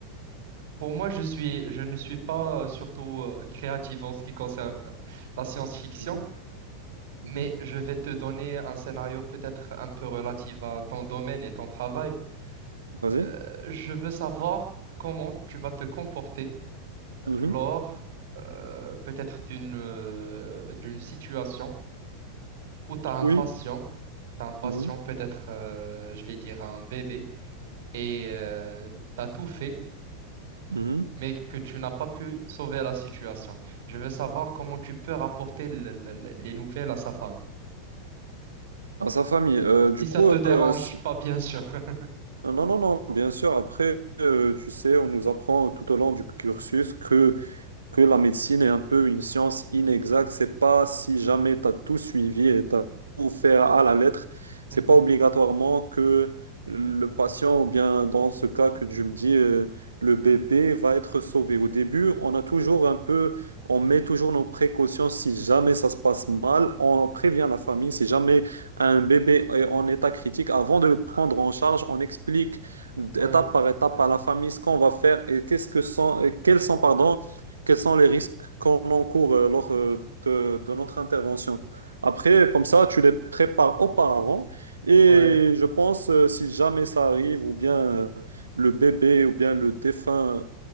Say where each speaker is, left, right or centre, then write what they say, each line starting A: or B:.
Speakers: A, on the right; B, on the right.
A: pour moi, je suis, je ne suis pas euh, surtout euh, créatif en ce qui concerne euh, la science-fiction,
B: Mhm, mhm.
A: mais je vais te donner un scénario peut-être un peu relatif à ton domaine et ton travail.
B: Vas-y.
A: Euh, je veux savoir comment tu vas te comporter
B: Mhm.
A: lors euh, peut-être d'une euh, d'une situation où tu as un
B: Oui.
A: patient, t'as un patient
B: Mhm.
A: peut-être, euh, je vais dire, un bébé, et tu as tout fait,
B: Mhm.
A: mais que tu n'as pas pu sauver la situation. Je veux savoir comment tu peux rapporter le- le- le- les nouvelles à sa famille.
B: Dans sa famille. Euh, du
A: Si ça
B: coup,
A: te dérange
B: euh, si-
A: pas, bien sûr. <laughs>
B: euh, non, non, non, bien sûr. Après, euh, tu sais, on nous apprend tout au long du cursus que que la médecine est un peu une science inexacte. C'est pas si jamais tu as tout suivi et tu as tout fait à la lettre, c'est
A: Mhm.
B: pas obligatoirement que le patient, ou bien dans ce cas que tu me dis, euh, le bébé va être sauvé. Au début, on a toujours un peu, on met toujours nos précautions si jamais ça se passe mal, on prévient la famille, si jamais un bébé est en état critique, avant de le prendre en charge, on explique d'étape
A: Ouais,
B: par étape à la famille ce qu'on va faire et qu'est-ce que sont, et quels sont, pardon, quels sont les risques qu'on encourt euh, lors euh, de, de notre intervention. Après, comme ça, tu les prépares auparavant et
A: ouais,
B: je pense, euh, si jamais ça arrive, ou bien euh, le bébé, ou bien le défunt,